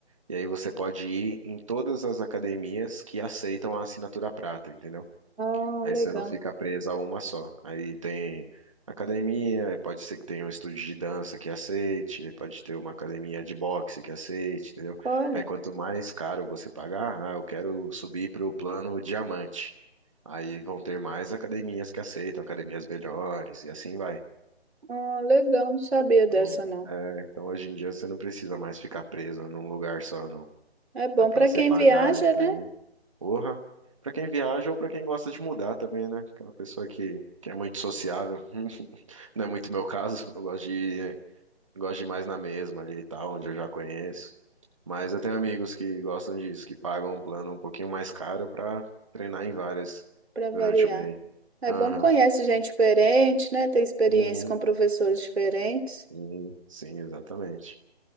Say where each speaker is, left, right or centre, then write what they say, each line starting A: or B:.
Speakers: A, on the right; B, on the right.
A: E aí você pode ir em todas as academias que aceitam a assinatura prata, entendeu?
B: ah,
A: Aí
B: legal.
A: você não fica preso a uma só. Aí tem academia, pode ser que tenha um estúdio de dança que aceite, aí pode ter uma academia de boxe que aceite, entendeu?
B: Olha,
A: Aí quanto mais caro você pagar, ah, eu quero subir para o plano diamante. Aí vão ter mais academias que aceitam, academias melhores, e assim vai.
B: ah, legal, não sabia dessa
A: Então,
B: não.
A: é, então hoje em dia você não precisa mais ficar preso num lugar só, não.
B: É bom
A: Dá pra
B: para
A: você
B: quem
A: pagar
B: viaja,
A: isso
B: né?
A: aí. Porra. Pra quem viaja ou pra quem gosta de mudar também, né? Aquela pessoa que, que é muito sociável. <laughs> Não é muito meu caso. Eu gosto de ir, gosto de ir mais na mesma ali e tal, onde eu já conheço. Mas eu tenho amigos que gostam disso, que pagam um plano um pouquinho mais caro pra treinar em várias
B: Para variar.
A: durante o mês.
B: É
A: Aham.
B: bom que conhece gente diferente, né? Tem experiência
A: Uhum.
B: com professores diferentes.
A: Hum, Sim, exatamente.